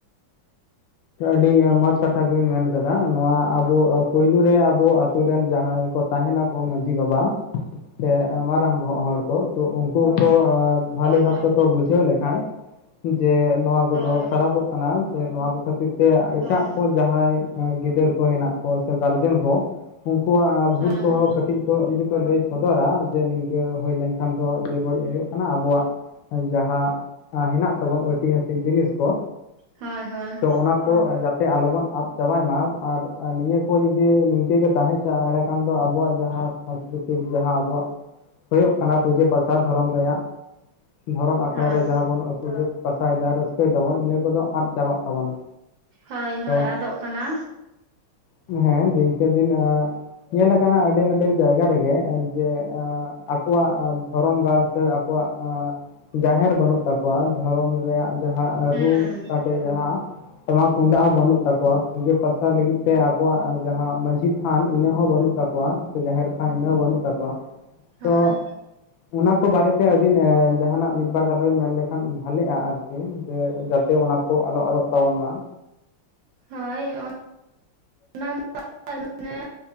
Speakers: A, on the left; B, on the right.
A: ᱟᱹᱰᱤ ᱢᱚᱸᱡᱽ ᱠᱟᱛᱷᱟ ᱵᱤᱱ ᱢᱮᱱ ᱠᱟᱫᱟ ᱱᱚᱣᱟ ᱟᱵᱚ ᱯᱳᱭᱞᱳ ᱨᱮ ᱟᱵᱚ ᱟᱛᱩ ᱨᱮᱱ ᱡᱟᱦᱟᱸᱭ ᱠᱚ ᱛᱟᱦᱮᱱᱟ ᱠᱚ ᱢᱟᱺᱡᱷᱤ ᱵᱟᱵᱟ ᱥᱮ ᱢᱟᱨᱟᱝ ᱵᱚᱦᱚᱜ ᱦᱚᱲ ᱠᱚ ᱛᱳ ᱩᱱᱠᱩ ᱠᱚ ᱵᱷᱟᱞᱤ ᱵᱷᱟᱵ
B: ᱦᱳᱭ
A: ᱛᱮᱠᱚ ᱵᱩᱡᱷᱟᱹᱣ ᱞᱮᱠᱷᱟᱱ ᱡᱮ ᱱᱚᱣᱟ ᱠᱚᱫᱚ
B: ᱦᱳᱭ
A: ᱠᱷᱟᱨᱟᱯᱚᱜ ᱠᱟᱱᱟ ᱡᱮ ᱱᱚᱣᱟ ᱠᱚ ᱠᱷᱟᱹᱛᱤᱨ ᱛᱮ ᱮᱴᱟᱜ
B: ᱦᱳᱭ
A: ᱠᱚ ᱡᱟᱦᱟᱸᱭ ᱜᱤᱫᱟᱹᱨ ᱠᱚ ᱦᱮᱱᱟᱜ ᱠᱚ ᱥᱮ ᱜᱟᱨᱡᱮᱱ ᱠᱚ ᱩᱱᱠᱩᱣᱟᱜ ᱵᱷᱩᱞ
B: ᱦᱳᱭ
A: ᱠᱚᱦᱚᱸ ᱠᱟᱹᱴᱤᱡ ᱡᱮ ᱡᱩᱫᱤ ᱠᱚ ᱞᱟᱹᱭ ᱥᱚᱫᱚᱨᱟ ᱡᱮ ᱱᱤᱝᱠᱟᱹ ᱦᱳᱭ ᱞᱮᱝᱠᱷᱟᱱ ᱫᱚ ᱵᱮ-ᱵᱟᱹᱲᱤᱡ ᱦᱳᱭᱳᱜ ᱠᱟᱱᱟ, ᱟᱵᱚᱣᱟᱜ ᱡᱟᱦᱟᱸ ᱦᱮᱱᱟᱜ ᱛᱟᱵᱚᱱ ᱳᱭᱛᱤᱦᱟᱥᱤᱠ ᱡᱤᱱᱤᱥ ᱠᱚ
B: ᱦᱚᱭ ᱦᱚᱭ
A: ᱛᱚ ᱚᱱᱟ ᱠᱚ ᱡᱟᱛᱮ ᱟᱞᱚᱵᱚᱱ ᱟᱫ ᱪᱟᱵᱟᱭ ᱢᱟ ᱟᱨ ᱱᱤᱭᱟᱹ ᱠᱚ ᱡᱩᱫᱤ ᱱᱤᱝᱠᱟᱹ ᱜᱮ ᱛᱟᱦᱮᱸ ᱮᱲᱮ ᱠᱷᱟᱱ ᱫᱚ ᱟᱵᱚᱣᱟᱜ ᱡᱟᱦᱟᱸ ᱥᱚᱸᱥᱠᱨᱤᱛᱤᱠ ᱡᱟᱦᱟᱸ ᱟᱵᱚᱣᱟᱜ ᱦᱳᱭᱳᱜ ᱠᱟᱱᱟ ᱯᱩᱡᱟᱹ ᱯᱟᱥᱟ ᱫᱷᱚᱨᱚᱢ ᱨᱮᱭᱟᱜ ᱫᱷᱚᱨᱚᱢ ᱟᱠᱷᱲᱟ
B: ᱦᱳᱭ
A: ᱨᱮ ᱡᱟᱦᱟᱸ ᱵᱚᱱ ᱯᱩᱡᱟᱹ ᱯᱟᱥᱟᱭ ᱫᱟ ᱨᱟᱹᱥᱠᱟᱹᱭ ᱫᱟᱵᱚᱱ ᱤᱱᱟᱹ ᱠᱚᱫᱚ ᱟᱫ ᱪᱟᱵᱟᱜ ᱛᱟᱵᱚᱱᱟ
B: ᱦᱚᱭ ᱦᱚᱭ
A: ᱛᱚ
B: ᱟᱫᱚᱜ ᱠᱟᱱᱟ
A: ᱦᱮᱸ ᱫᱤᱱᱠᱮ ᱫᱤᱱ ᱟᱸᱜ ᱧᱮᱞ ᱟᱠᱟᱱᱟ ᱟᱹᱰᱤ ᱟᱹᱰᱤ ᱡᱟᱭᱜᱟ ᱨᱮᱜᱮ ᱡᱮ ᱟᱸᱜ ᱟᱠᱚᱣᱟᱜ ᱫᱷᱚᱨᱚᱢ ᱜᱟᱲ ᱥᱮ ᱟᱠᱚᱣᱟᱜ ᱡᱟᱦᱮᱨ ᱵᱟᱹᱱᱩᱜ ᱛᱟᱠᱚᱣᱟ ᱫᱷᱚᱨᱚᱢ ᱨᱮᱭᱟᱜ ᱡᱟᱦᱟᱸ
B: ᱦᱩᱸ
A: ᱨᱩ ᱥᱟᱰᱮ ᱡᱟᱦᱟᱸ ᱴᱟᱢᱟᱠ ᱛᱩᱢᱫᱟᱜ ᱦᱚᱸ ᱵᱟᱹᱱᱩᱜ ᱛᱟᱠᱚᱣᱟ ᱯᱩᱡᱟᱹ ᱯᱟᱥᱟ ᱞᱟᱹᱜᱤᱫ ᱛᱮ ᱟᱠᱚᱣᱟᱜ ᱡᱟᱦᱟᱸ ᱢᱟᱺᱡᱷᱤ ᱛᱷᱟᱱ ᱤᱱᱟᱹ ᱦᱚᱸ ᱵᱟᱹᱱᱩᱜ ᱛᱟᱠᱚᱣᱟ ᱥᱮ ᱡᱟᱦᱮᱨ ᱛᱷᱟᱱ ᱤᱱᱟᱹ ᱦᱚᱸ ᱵᱟᱹᱱᱩᱜ ᱛᱟᱠᱚᱣᱟ
B: ᱦᱳᱭ
A: ᱛᱚ ᱚᱱᱟ ᱠᱚ ᱵᱟᱨᱮᱛᱮ ᱟᱹᱵᱤᱱ ᱡᱟᱦᱟᱱᱟᱜ ᱢᱤᱫ ᱵᱟᱨ ᱠᱟᱛᱷᱟ ᱵᱤᱱ ᱢᱮᱱ ᱞᱮᱠᱷᱟᱱ ᱵᱷᱟᱞᱮᱜᱼᱟ ᱟᱨᱠᱤ ᱥᱮ ᱡᱟᱛᱮ ᱚᱱᱟ ᱠᱚ ᱟᱞᱚ ᱟᱫᱚᱜ ᱛᱟᱵᱚᱱ ᱢᱟ
B: ᱦᱳᱭᱻ ᱚᱱᱟ ᱫᱚ ᱢᱮᱱᱮ